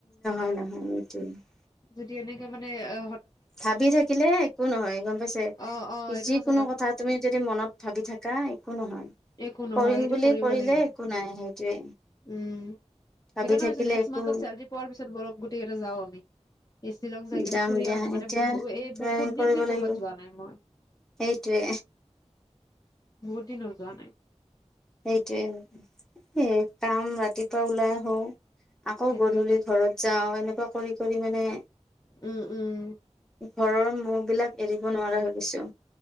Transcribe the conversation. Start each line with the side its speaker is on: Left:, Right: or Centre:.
Centre: হয় নাইহ সটোয়ে <unintelligible>
Left: যদি এনেকে মানে এ
Centre: ভাবি থাকিলে একো নহয় গম পাইছে
Left: অ অ এইটো
Centre: যিকোনো
Left: সঁচা
Centre: কথা তুমি যদি মনত ভাবি থাক- কা একো নহয়,
Left: একো নহয়
Centre: কৰিম
Left: সেইটো
Centre: বুলি
Left: কৰিব
Centre: কৰিলে
Left: লাগিব
Centre: একো নাই সেইটোৱে
Left: উম।
Centre: ভাবি
Left: সেইকাৰণেতো
Centre: থাকিলে
Left: নেক্সট
Centre: একো
Left: মান্থত চেলাৰৰি পোৱাৰ পিছত বৰ গোটেই যও আমি এই শ্বিলং যাই কেনে
Centre: যাম
Left: ফুৰি
Centre: দিয়া
Left: আহো মানে
Centre: এতিয়া
Left: বহু এই
Centre: প্লেনিং
Left: বহুত
Centre: কৰিব
Left: দিন ধ
Centre: লাগিব
Left: কৰ'বাত যোৱা নাই মই,,
Centre: সেইটোৱে
Left: বহুত দিন যোৱা নাই,
Centre: সেইটোৱে এ কাম ৰাতিপুৱা ওলাই আহো, আকৌ
Left: সেইটোয়ে
Centre: গধূলি
Left: কৈছো
Centre: ঘৰত যাওঁ এনেকুৱা কৰি কৰি মানে
Left: উম উম
Centre: ঘৰৰ মোহ বিলাক এৰিব নোৱাৰা হৈ গৈছোঁ।